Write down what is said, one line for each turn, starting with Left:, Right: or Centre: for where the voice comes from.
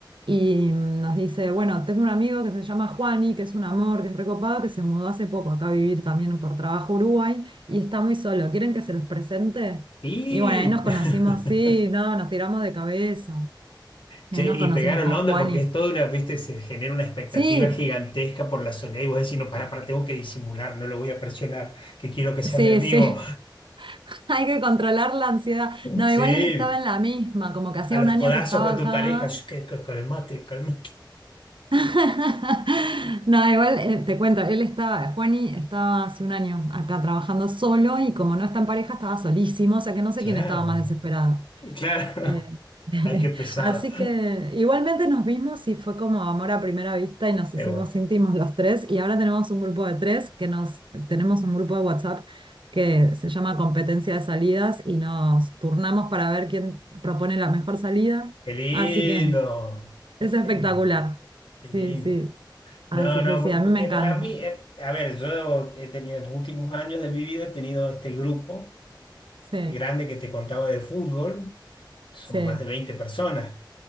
Right: Y mm, nos dice, bueno, tengo un amigo que se llama Juani, que es un amor, que es recopado, que se mudó hace poco acá a vivir también por trabajo a Uruguay y está muy solo. ¿Quieren que se los presente?
Left: Y
Right: Y bueno, ahí nos
Left: <laughs>
Right: conocimos, sí, no, nos tiramos de cabeza.
Left: Che,
Right: Y ahí nos
Left: y
Right: conocimos
Left: pegaron
Right: con
Left: onda
Right: Juani.
Left: porque es toda una, viste, se genera una expectativa
Right: Sí,
Left: gigantesca por la soledad y vos decís, no, para, para, tengo que disimular, no lo voy a presionar, que quiero que sea
Right: sí,
Left: mi amigo.
Right: sí, <laughs> hay que controlar la ansiedad. No,
Left: Sí,
Right: igual él estaba en la misma, como que hacía
Left: a los
Right: un año
Left: codazos
Right: que estaba
Left: con
Right: acá
Left: tu pareja, "Sh, que- que- calmate, calmate.
Right: <laughs> No, igual eh, te cuento, él estaba, Juani estaba hace un año acá trabajando solo y como no está en pareja estaba solísimo, o sea que no sé
Left: Claro,
Right: quién estaba más desesperado.
Left: claro,
Right: Eh,
Left: <laughs>
Right: <laughs>
Left: hay que pesado.
Right: así que igualmente nos vimos y fue como amor a primera vista y nos
Left: Qué
Right: hicimos
Left: bueno,
Right: íntimos los tres y ahora tenemos un grupo de tres que nos, tenemos un grupo de WhatsApp que se llama Competencia de Salidas y nos turnamos para ver quién propone la mejor salida,
Left: qué lindo,
Right: así que es espectacular.
Left: qué lindo, qué lindo.
Right: Sí, sí. Así
Left: No, no,
Right: que sí, a
Left: porque
Right: mí me encanta.
Left: a mí, eh, a ver, yo he tenido en los últimos años de mi vida, he tenido este grupo.
Right: Sí,
Left: grande que te contaba de fútbol, son
Right: sí,
Left: más de 20 personas,